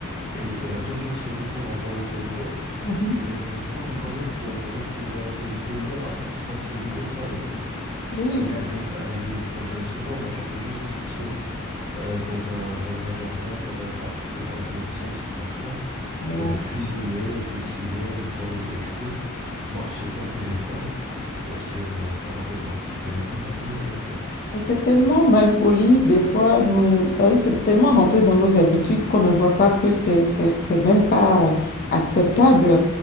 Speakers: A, on the right; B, on the left.
A: elle, elle a toujours ce recours à voir le téléphone.
B: Mhm.
A: Et je crois que quand même, faut retrouver un peu de plaisir à faire ces activités sans écran.
B: Oui,
A: C'est-à-dire lire un livre, c'est-à-dire, je sais pas, moi, tu peux juste sortir euh, dans un, dans un jardin, dans un parc, lire un livre sans distraction,
B: donc,
A: euh, cuisiner, dessiner, des fois même écrire, marcher sans téléphone, sortir, euh, faire un peu de marche sans téléphone, ça peut aider en fait.
B: C'est tellement mal poli, des fois, nous, ça veut dire, c'est tellement rentré dans nos habitudes qu'on ne voit pas que c'est, c'est, c'est même pas acceptable